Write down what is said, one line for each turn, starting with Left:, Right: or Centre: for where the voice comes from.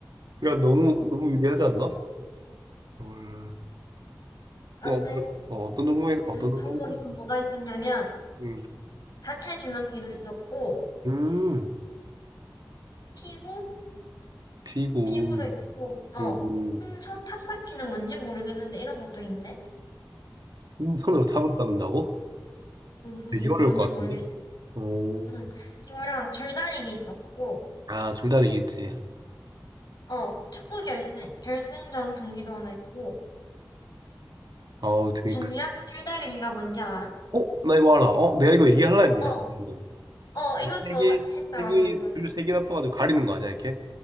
Right: 그냥 너무, 너무 유리하지 않나? 헐.
Left: 아무튼,
Right: 어, 그- 어, 어떤 종목에, 어떤
Left: 음,
Right: 종목에,
Left: 종목이 또 뭐가 있었냐면,
Right: 음,
Left: 단체 줄넘기도 있었고,
Right: 음,
Left: 피구?
Right: 피구.
Left: 피구도 있고, 어,
Right: 음,
Left: 풍선 탑쌓기는 뭔지 모르겠는데, 이런 것도 있네?
Right: 음. 손으로 탑을 쌓는다고?
Left: 음, <laughs>
Right: 되게 어려울
Left: 뭔지
Right: 것
Left: 모르겠어.
Right: 같은데? 오.
Left: 응. 이거랑 줄다리기 있었고,
Right: 아, 줄다리기 있지.
Left: 어, 축구 결승, 결승전 경기도 하나 있고,
Right: 어, 되게
Left: 전략
Right: 크.
Left: 줄다리기가 뭔지 알아?
Right: 어? 나 이거 알아. 어? 내가 이거 얘기할라 했는데.
Left: 어,
Right: 방금.
Left: 어, 이것도
Right: 세 개,
Left: 하- 했더라고,
Right: 세 개,
Left: 이번에.
Right: 줄 세 개나 떠가지고 가리는 거 아니야, 이렇게?